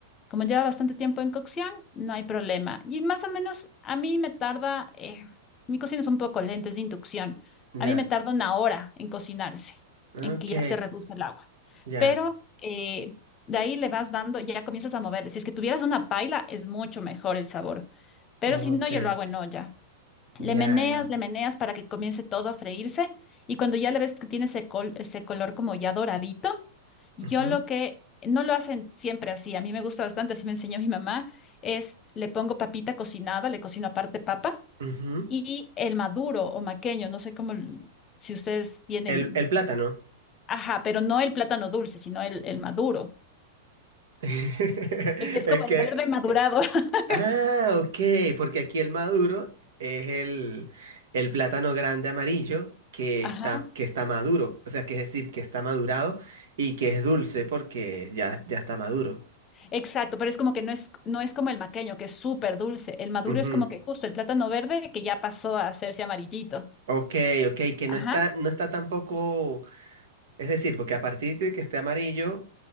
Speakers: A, on the left (about 30°); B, on the right (about 70°).
A: Como lleva bastante tiempo en cocción, no hay problema. Y más o menos a mí me tarda, eh, mi cocina es un poco lenta, es de inducción.
B: Ya.
A: A mí me tarda una hora en cocinarse,
B: Ok.
A: en que ya se reduce el agua.
B: Ya.
A: Pero eh, de ahí le vas dando, ya comienzas a mover. Si es que tuvieras una paila, es mucho mejor el sabor. Pero
B: Ok,
A: si no, yo lo hago en olla.
B: ya,
A: Le meneas,
B: ya.
A: le meneas para que comience todo a freírse y cuando ya le ves que tiene ese, col- ese color como ya doradito, yo
B: Ujú,
A: lo que no lo hacen siempre así, a mí me gusta bastante, así me enseñó mi mamá, es le pongo papita cocinada, le cocino aparte papa
B: ujú.
A: y el maduro o maqueño, no sé cómo, l- si ustedes tienen,
B: El, el plátano.
A: ajá, pero no el plátano dulce, sino el, el maduro,
B: <laughs> es
A: el que es como
B: que...
A: el verde madurado, <laughs>
B: Ah, ok, porque aquí el maduro es el, el plátano grande amarillo que
A: ajá.
B: está, que está maduro. O sea, que es decir, que está madurado y que es dulce porque ya, ya está maduro.
A: Exacto, pero es como que no es, no es como el maqueño, que es súper dulce. El maduro
B: Ujú.
A: es como que justo el plátano verde que ya pasó a hacerse amarillito.
B: Ok, ok, que
A: Ajá.
B: no está, no está tampoco... Es decir, porque a partir de que esté amarillo,